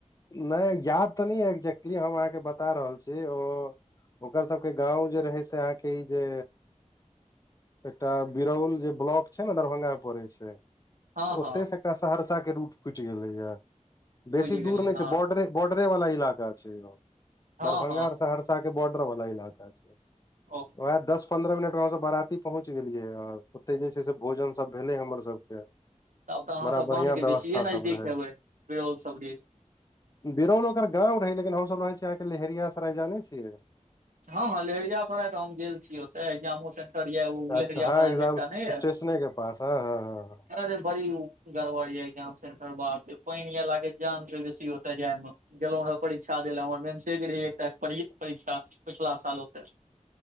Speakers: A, on the left (about 30°); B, on the right (about 85°).
A: नहि याद तऽ नहि एक्जेक्टली हम अहाँके बता रहल ऐ ओ ओकर सबके गाँंव जे रहै से अहाँके ई जे एकटा बिरौल जे ब्लॉक छै ने दरभंगा में परै छै
B: हँ
A: ओते
B: हँ
A: से एकटा सहरसा के रूट फुटि गेलैया
B: बुझि
A: बेसी
B: गेलियै
A: दूर नहि
B: अहाँके
A: छै बॉडरे बॉर्डरे वाला इलाका छै ओ
B: हँ
A: दरभंगा
B: हँ
A: और सहरसा के बॉर्डर वाला इलाका। छै
B: ओ
A: वएह दस पन्द्रह मिनट में बारती पहुँच गेलियै ओते जे छै से भोजन सब भेलै हमर सबके
B: तब तऽ अहाँ
A: बड़ा
B: सब
A: बढ़िया
B: बान्ध के
A: व्यवस्था
B: बेसीए नजदीक
A: सब रहे
B: हेबै बिरौल सब दिस
A: बिरौल ओकर गाँव रहै लेकिन हमस रहै छी अहाँके लहेरियासराय जाने छियै
B: हँ हँ लहेरियासराय तऽ हम गेल छी ओते एग्जामो सेंटर यऽ ओ लेहेरिया
A: अच्छा हँ,
B: सराय
A: एग्जाम
B: मे एकटा नहि यऽ
A: स्टेशनक पास हँ हॅं हॅं
B: अरे बड़ी गड़बड़ य एग्जाम सेंटर बाप पानि यला के जाम छै बेसी होते जाय मे गेलहु रहऽ परीक्षा द लए हमर मेन्से के रहहि एकटा परीक्षा पिछला साल होते